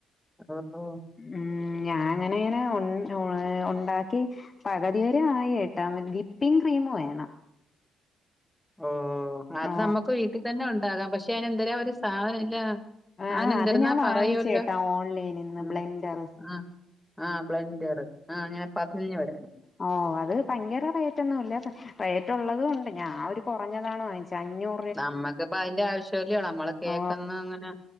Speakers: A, in the centre; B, on the left.
A: ഓഹ് ഓഹ്
B: ഊം ഞാൻങ്ങനെങ്ങനെ ഉം ഉണ്ടാക്കി പകുതിവെരെ ആയികേട്ടോ വിപ്പിങ് ക്രീം വേണം
A: ഓഹ് അത്
B: ഓ
A: നമുക്ക് വീട്ടി തന്നെ ഉണ്ടാകാം പക്ഷെ അയ്നെന്തെരാ ഒരു സാധനം ഇ ണ്ട് അയ്നെന്തിര്ന്നാ
B: ആ അത് ഞാൻ
A: പറയോല്ലോ
B: വാങ്ങിച്ചേട്ടാ ഓൺലൈനിൽ നിന്ന്
A: ഉം
B: ബ്ലെൻഡർ
A: ആഹ് ആഹ് ബ്ലൻഡർ ആഹ് ങ്ങനെ പതഞ്ഞ് വരണെ
B: ഓഹ് അത് ഭയങ്കര റേറ്റൊന്നും ഇല്ല പ റേറ്റുള്ളതും ഉണ്ട് ഞാ ഒരു കുറഞ്ഞതാണ് വാങ്ങിച്ചെ അഞ്ഞൂ
A: നമ്മക്കിപ്പ അതിന്റെ ആവശ്യംല്ല്യ നമ്മള് കേക്കന്നും
B: ഓ
A: അങ്ങനെ